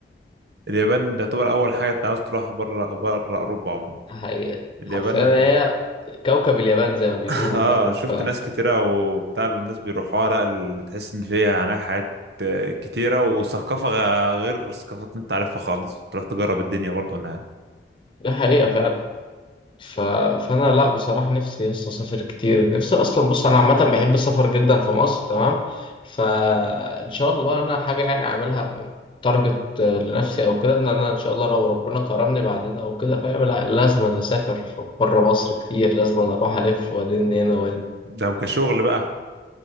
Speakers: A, on the right; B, on the left.
A: اليابان تعتبر اول حاجة انت عاوز تروحها بره بره اوروبا عموما
B: حقيقة
A: اليابان
B: حرفيا هي كوكب اليابان زي ما بيقولوا
A: <laughs> اه
B: فاهم
A: شفت
B: فده
A: ناس كتيرة وبتاع الناس بيروحوها لا ال- تحس ان فيها هناك حاجات آه، كتيرة وثقافة غ- غير ثقافات انت عارفها خالص تروح تجرب الدنيا برضو انا
B: حقيقة فعلا ف... فأنا لا بصراحة نفسي يس أسافر كتير نفسي أصلا بص أنا عامة بحب السفر جدا في مصر تمام فإن شاء الله أنا حاجة يعني أعملها تارجت لنفسي أو كده إن أنا إن شاء الله لو ربنا كرمني بعدين أو كده فاهم لا لازم أنا أسافر بره مصر كتير لازم أنا أروح ألف وأدين هنا وهنا
A: لو كشغل بقى